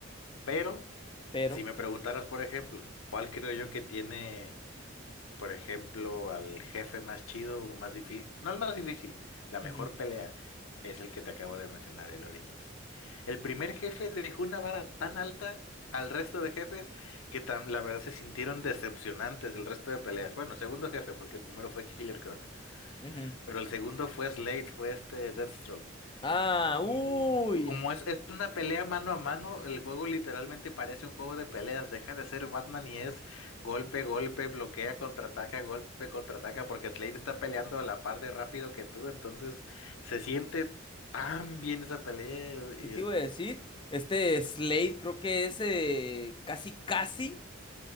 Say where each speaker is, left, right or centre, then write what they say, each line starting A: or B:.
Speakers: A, on the left; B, on the left.
A: Pero
B: Pero...
A: si me preguntaras, por ejemplo, ¿cuál creo yo que tiene? por ejemplo, al jefe más chido o más difícil, no el más difícil, la mejor
B: ujú,
A: pelea es el que te acabo de mencionar, el Origins. El primer jefe dejó una vara tan alta al resto de jefes que tan- la verdad se sintieron decepcionantes el resto de peleas. Bueno, segundo jefe, porque el primero fue Killer Croc,
B: ujú.
A: pero el segundo fue Slade, fue este Deathstroke.
B: Ah,
A: Y
B: uy,
A: como es, es una pelea mano a mano, el juego literalmente parece un juego de peleas. Deja de ser Batman y es golpe, golpe, bloquea, contraataca, golpe, contraataca, porque Slade está peleando a la par de rápido que tú. Entonces se siente tan bien esa pelea
B: ¿qué
A: y
B: te
A: es-
B: iba a decir? Este Slade creo que es eh, casi, casi